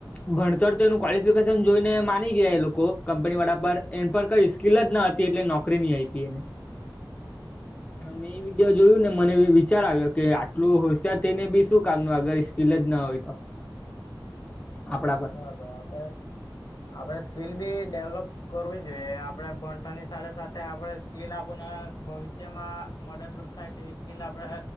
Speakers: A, on the left; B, on the left.
A: ભણતર તો એનું ક્વલિફિકેશન જોઈને માની ગયા એ લોકો કંપની વાળા પર એમ પર કહીશ કકીલ જ ન હતી એટ- છોકરીી મેં એ વિડીયો જોયું ને મને વિચાર આવ્યો- કે
B: આવે
A: આટલું હોઈ.
B: બરાબર
A: ને બી શું કામ અગર સ્કીલ જ ના હોય તો આપણા પાસે.
B: બરાબ આપણે આપડે સ્કીલ બી ડેવલોપ. કરવી જોઈએ આપડે ભણતરની સાથે સાથે આપણે સ્કીલ આપણને ભવિષ્યમાં મદદરૂપ થાય વી સ્કીલ આપણે